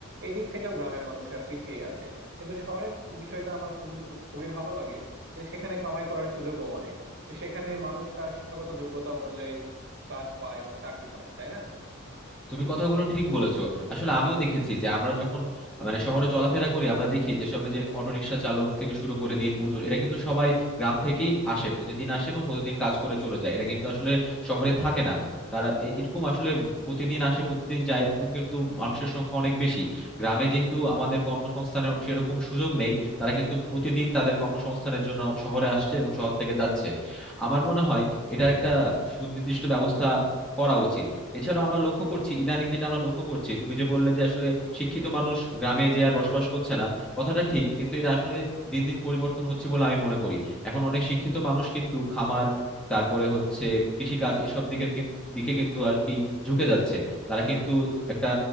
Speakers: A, on the right; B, in the centre.
A: এই দিক থেকেও গ্রামের মানুষরা পিছিয়ে আছে কিন্তু শহরের বিষয়টা আমার খুবই খুবই ভালো লাগে যে সেখানে কামাই করার সুযোগও অনেক তো সেখানে মানুষ তার শিক্ষাগত যোগ্যতা অনুযায়ী কাজ পায় বা চাকরি পায় তাই না
B: তুমি কথাগুলো ঠিক বলেছো আসলে আমিও দেখেছি যে আমরা যখন মানে শহরে চলাফেরা করি আমরা দেখি যে সবে যে অটোরিকশা চালক থেকে শুরু করে দিনমজুর এরা কিন্তু সবাই গ্রাম থেকেই আসে প্রতিদিন আসে এবং প্রতিদিন কাজ করে চলে যায় এরা কিন্তু আসলে শহরে থাকে না তারা এ- এরকম আসলে প্রতিদিন আসে প্রতিদিন যায় এরকম কিন্তু মানুষের সংখ্যা অনেক বেশি গ্রামে যেহেতু আমাদের কর্মসংস্থানের সেরকম সুযোগ নেই তারা কিন্তু প্রতিদিন তাদের কর্মসংস্থানের জন্য শহরে আসছে এবং শহর থেকে যাচ্ছে আমার মনে হয় এটার একটা সুনির্দিষ্ট ব্যবস্থা করা উচিত এছাড়া আমরা লক্ষ্য করছি ইদানিং যেটা আমরা লক্ষ্য করছি তুমি যে বললে যে আসলে শিক্ষিত মানুষ গ্রামে যে আর বসবাস করছে না কথাটা ঠিক কিন্তু এটা আসলে দিন দিন পরিবর্তন হচ্ছে বলে আমি মনে করি এখন অনেক শিক্ষিত মানুষ কিন্তু খামার তারপরে হচ্ছে কৃষিকাজ এসব দিকের কিন- দিকে কিন্তু আর কি ঝুঁকে যাচ্ছে তারা কিন্তু একটা